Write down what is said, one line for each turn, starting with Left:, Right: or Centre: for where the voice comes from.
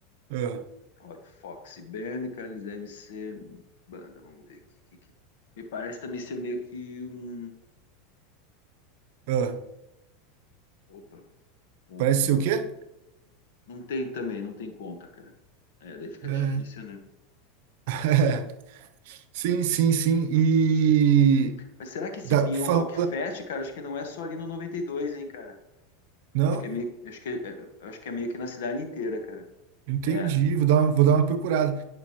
Right: Ah,
Left: Hot Fox Band, cara, eles devem ser banda, vamos ver aqui. que que- Me parece também ser meio que um.
Right: ah.
Left: Opa, contas.
Right: Parece ser
Left: Não
Right: o quê?
Left: não tem também, não tem conta, cara. É, daí fica
Right: É.
Left: difícil, né?
Right: <laughs> Sim, sim, sim. E
Left: Mas será que esse
Right: Dá,
Left: Pinhão
Right: fala,
Left: Rock Fest, cara, acho que não é só ali no 92, hein, cara?
Right: não,
Left: Acho que é meio, acho que é, é, acho que é meio que na cidade inteira, cara.
Right: entendi,
Left: É.
Right: vou dar uma, vou dar uma procurada.